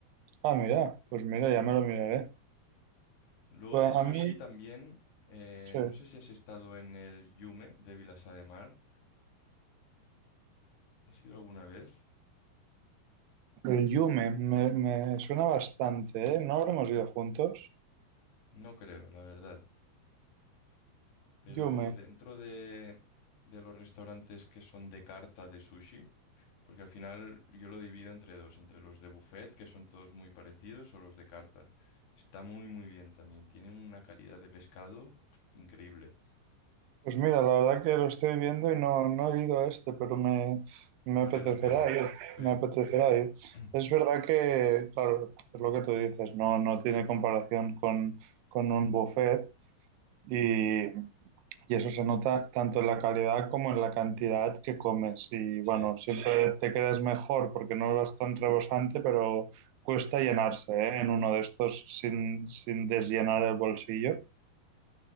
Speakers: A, on the right (about 80°); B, on the left (about 75°).
A: Ah, mira, pues mira, ya me lo miraré.
B: Luego
A: Pues
B: de sushi
A: a mí,
B: también, eh,
A: sí,
B: no sé si has estado en el Yume de Vilassar de Mar. ¿Has ido alguna vez?
A: el yume me, me suena bastante, ¿eh? ¿No habremos ido juntos?
B: No creo, la verdad. pero
A: Yume.
B: dentro de, de los restaurantes que son de carta de sushi, porque al final yo lo divido entre dos, entre los de buffet, que son todos muy parecidos, o los de carta. Está muy, muy bien también. Tiene una calidad de pescado pf, increíble.
A: Pues mira, la verdad que lo estoy viendo y no, no he ido a este, pero me, me
B: Vale
A: apetecerá
B: la pena.
A: ir,
B: Sí,
A: me apetecerá ir.
B: <clears throat>
A: Es verdad que, claro, es lo que tú dices, no, no tiene comparación con, con un buffet y, y eso se nota tanto en la calidad como en la cantidad que comes. Y
B: sí.
A: bueno, siempre te quedas mejor porque no vas tan rebosante, pero cuesta llenarse, ¿eh? En uno de estos sin, sin desllenar el bolsillo.